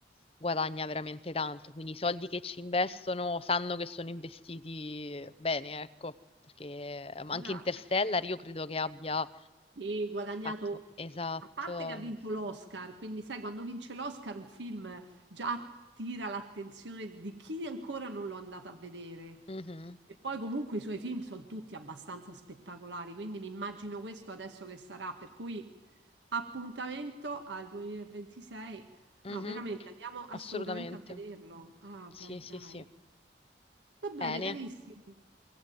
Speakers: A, on the left; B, on the right.
A: guadagna veramente tanto, quindi i soldi che ci investono sanno che sono investiti bene, ecco, perché ehm, anche
B: Allora,
A: Interstellar
B: eh,
A: io credo che abbia
B: Sì, guadagnato,
A: fatto esatto.
B: a parte che ha vinto l'Oscar, quindi sai, quando vince l'Oscar un film già attira l'attenzione di di chi ancora non l'ho andato a vedere.
A: Mhm,
B: E poi comunque i suoi film sono tutti abbastanza spettacolari, quindi mi immagino questo adesso che sarà, per cui appuntamento al 2026.
A: mhm,
B: No, veramente, andiamo assolutamente
A: Assolutamente.
B: a vederlo. Ah,
A: Sì,
B: beh,
A: sì,
B: dai.
A: sì.
B: Va bene,
A: Bene.
B: carissimo.